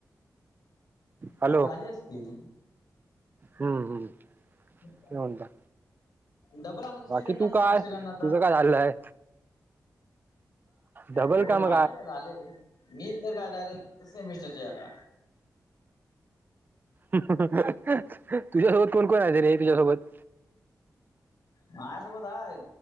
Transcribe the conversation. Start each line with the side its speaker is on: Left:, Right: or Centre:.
Right: हॅलो
Left: हा झाली असतील.
Right: हम्म हम्म.
Left: <inaudible>
Right: काय म्हणता?
Left: डबल आम कसली
Right: बाकी
Left: देणार
Right: तू
Left: त्या
Right: काय
Left: शिक्षकांना आता?
Right: तुझं काय झालंय? डबल
Left: हो
Right: काम
Left: माझं काय झालं रे मी तर काय डायरेक्ट सेमिस्टरच्या याला.
Right: तुझ्यासोबत कोण कोण आहेत रे तुझ्यासोबत
Left: माझ्यासोबत आहेत